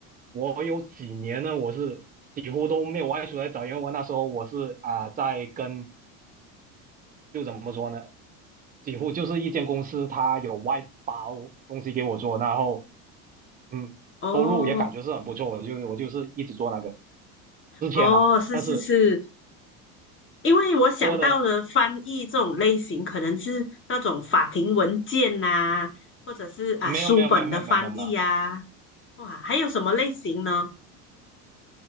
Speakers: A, on the right; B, on the left.
A: 我有几年呢，我是几乎都没有外出来找，因为我那时候我是啊、在跟就怎么说呢，几乎就是一间公司它有外包东西给我做，然后嗯收入也感觉是很不错，
B: 哦
A: 我就我就是一直做那个之前啦，
B: 哦，是是是，
A: 但是
B: 因为我想到的翻译这种类型，
A: 过了
B: 可能是那种法庭文件呐、或者是啊书本的翻译啊。
A: 没有没有没有没有没有没有没有，
B: 哇，还有什么类型呢？